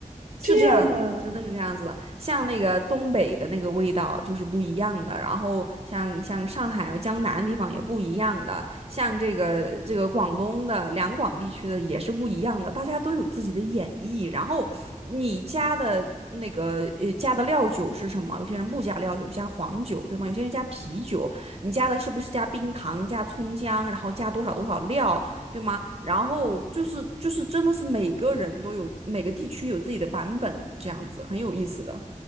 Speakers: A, on the right; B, on the right.
A: 是这样的真的是这样子的。
B: 这样的啊。
A: 像那个东北的那个味道就是不一样的，然后像像上海啊、江南地方也不一样的，像这个这个广东的两广地区的也是不一样的，大家都有自己的演绎。然后你加的那个呃加的料酒是什么？有些人不加料酒，加黄酒，对吗？有些人加啤酒，你加的是不是加冰糖、加葱姜，然后加多少多少料？对吗？然后就是就是真的是每个人都有每个地区有自己的版本，这样子很有意思的。